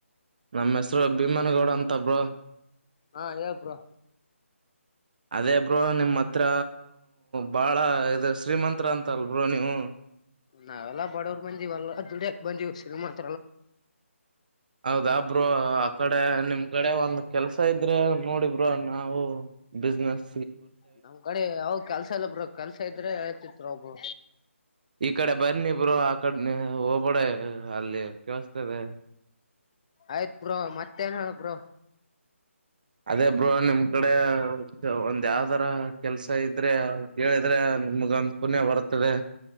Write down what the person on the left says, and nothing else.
ಆ ಹೇಳಿ ಬ್ರೋ
ನಾವೆಲ್ಲ ಬಡವ್ರು ಬಂದಿವಲ್ಲ ದುಡಿಯೋಕೆ ಬಂದೀ ಶ್ರೀಮಂತ್ರು
ನಮ್ ಕಡೆ ಯಾವಾಗ ಕೆಲಸ ಇಲ್ಲ ಬ್ರೋ ಕೆಲಸ ಇದ್ರೆ ಹೇಳ್ತಿನಿ ತಗೋ ಬ್ರೋ
ಆಯ್ತ್ ಬ್ರೋ ಮತ್ತೆ ಏನ್ ಹೇಳ ಬ್ರೊ